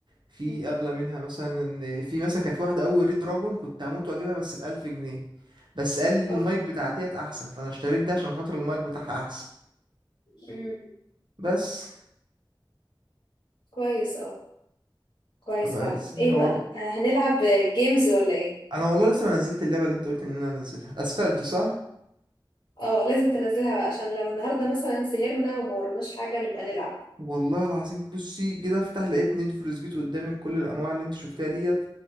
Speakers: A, on the right; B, on the left.
A: في
B: مم.
A: اغلى منها مثلا في مثلا كان في واحده اول ريد دراجون كنت هموت واجيبها بس ب 1000 جنيه بس قال لي المايك
B: اوف
A: بتاع ديت احسن فانا اشتريت ده عشان خاطر المايك بتاعها احسن
B: امم
A: بس
B: كويس اه كويس
A: بقى
B: فعلا
A: حوار
B: ايه بقى آه، هنلعب جيمز ولا ايه
A: انا والله لسه ما نزلت اللعبه اللي انت قلت ان انا انزلها اسفلت صح
B: اه لازم تنزلها بقى عشان لو النهارده مثلا سهرنا وما وراناش حاجه نبقى نلعب
A: والله العظيم بصي كده افتح لقيت نيد فور سبيد قدامي بكل الانواع اللي انت شفتها ديت